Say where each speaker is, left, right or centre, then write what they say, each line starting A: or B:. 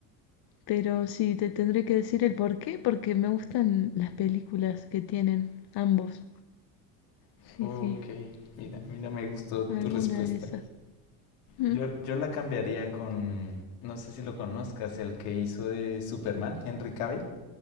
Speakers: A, on the left; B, on the left.
A: pero sí te tendré que decir el por qué porque me gustan las películas que tienen ambos sí
B: Ok,
A: sí
B: mira, mira, me gustó tu
A: alguna
B: respuesta.
A: de esas Mm,
B: Yo, yo la cambiaría con, no sé si lo conozcas, el que hizo de Superman, Henry Cavill.